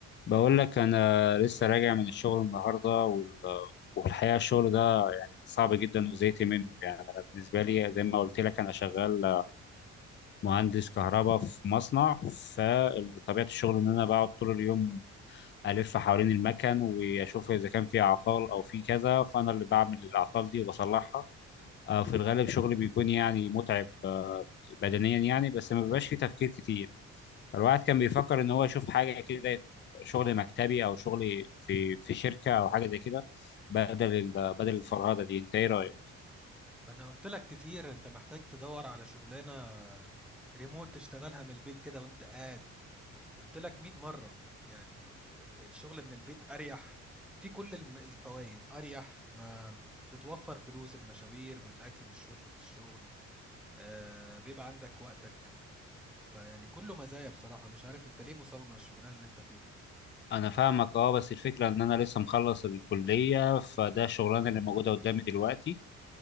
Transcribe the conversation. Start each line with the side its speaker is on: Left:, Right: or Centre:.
Left: بقول لك انا لسه راجع من الشغل النهارده وال... وفي الحقيقه الشغل ده صعب جدا وزهقت منه يعني انا بالنسبه لي زي ما قلت لك انا شغال مهندس كهرباء في مصنع فطبيعه الشغل ان انا بقعد طول اليوم الف حوالين المكن واشوف اذا كان في اعطال او في كذا فانا اللي بعمل الاعطال دي وبصلحها آه، في الغالب شغلي بيكون يعني متعب آه، بدنيا يعني بس ما بيبقاش فيه تفكير كتير الواحد كان بيفكر ان هو يشوف حاجه كده شغل مكتبي او شغل في في شركه او حاجه زي كده بدل ال- بدل الفرهده دي انت ايه رايك
Centre: ما انا قلت لك كتير انت محتاج تدور على شغلانه ريموت تشتغلها من البيت كده وانت قاعد قلت لك 100 مره يعني ال- الشغل من البيت اريح في كل الم- الفوائد اريح ما بتوفر فلوس المشاوير والاكل والشرب في الشغل آه بيبقى عندك وقتك فيعني كله مزايا بصراحه مش عارف انت ليه مصمم على الشغلانه اللي انت فيها دي.
Left: انا فاهمك اه بس الفكره ان انا لسه مخلص الكليه فده الشغلانه اللي موجوده قدامي دلوقتي